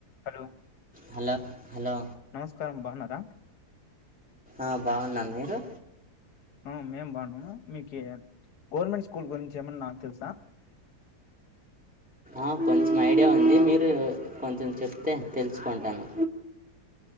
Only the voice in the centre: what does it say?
Hello hello
ఆ బావున్నాను. మీరు?
ఆ కొంచెం ఐడియా ఉంది, మీరు కొంచెం చెప్తే తెలుసుకుంటాను.